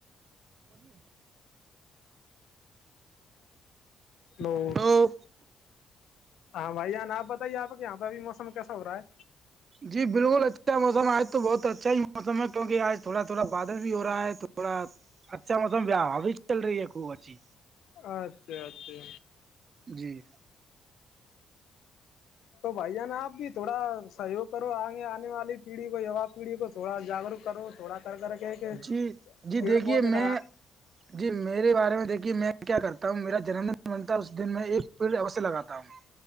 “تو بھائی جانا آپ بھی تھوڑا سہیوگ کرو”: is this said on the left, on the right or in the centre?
Left